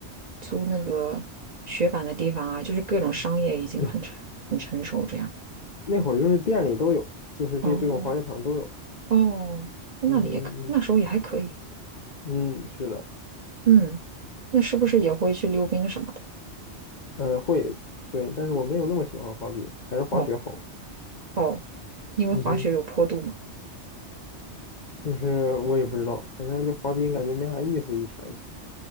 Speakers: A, on the right; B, on the left.
A: 租那个雪板的地方啊？就是各种商业已经很成很成熟这样。
B: 有，那会儿就是店里都有，就是这这种滑雪场都有。
A: 哦哦，那里也可，
B: 嗯
A: 那时候也还可以。
B: 嗯，嗯，是的，
A: 嗯，那是不是也会去溜冰什么的？
B: 呃，会，对，但是我没有那么喜欢滑冰，还是滑雪好玩。
A: 哦哦，因为滑雪有坡度嘛。
B: 嗯哼，就是我也不知道，反正就滑冰感觉没啥意思，一圈儿一圈儿